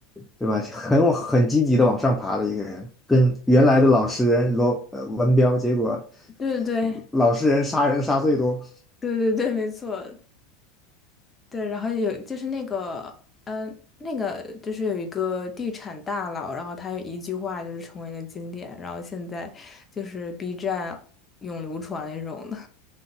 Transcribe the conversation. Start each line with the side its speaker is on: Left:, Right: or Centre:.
Centre: 对吧，很往很积极的往上爬的一个人，跟原来的老实人罗呃文彪，结果
Left: 对对
Centre: 老实人杀人杀最多。
Left: 对对对对，没错。对，然后有就是那个，嗯、那个就是有一个地产大佬，然后他有一句话就是成为了经典，然后现在就是 B 站永流传那种的，